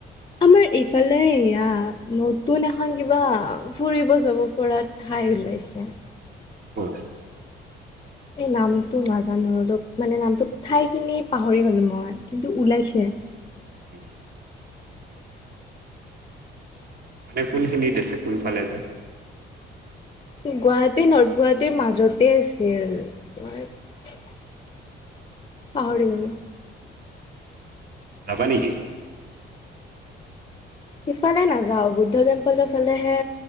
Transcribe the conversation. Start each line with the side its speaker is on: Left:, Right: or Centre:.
Left: আমাৰ এইফালে ইয়াত, নতুন এখন কিবা ফুৰিব যাব পৰা ঠাই ওলাইছে।
Right: হয়।
Left: এই নামটো নাজানো, অলপ মানে নামটো, ঠাই খিনি পাহৰি গ'লো মই, কিন্তু ওলাইছে। <inaudible>
Right: উম। মানে কোনখিনিত আছে? কোনফালে বা।
Left: গুৱাহাটী, নৰ্থ গুৱাহাটীৰ মাজতেই আছিল। <unintelligible> পাহৰি গ'লো।
Right: যাবা নেকি?
Left: সিফালে নাযাওঁ, বুদ্ধ টেম্পলৰ ফালেহে